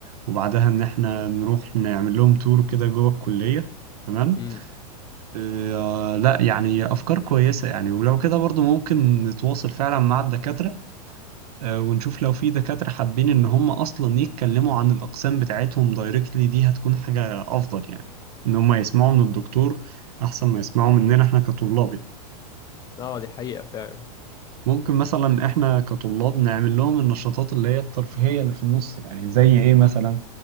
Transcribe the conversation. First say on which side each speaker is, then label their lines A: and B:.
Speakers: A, on the right; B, on the left.
A: وبعدها ان احنا نروح نعمل لهم تور كده جوه الكلية تمام
B: امم
A: اه لا يعني افكار كويسة يعني ولو كده برضو ممكن نتواصل فعلا مع الدكاترة اه ونشوف لو في دكاترة حابين ان هم اصلا يتكلموا عن الأقسام بتاعتهم دايركتلي دي هتكون حاجة افضل يعني ان هم يسمعوا من الدكتور احسن ما يسمعوا مننا احنا كطلاب يعني.
B: اه دي حقيقه فعلا
A: ممكن مثلا احنا كطلاب نعمل لهم النشاطات اللي هي الترفيهية اللي في النص يعني زي ايه مثلا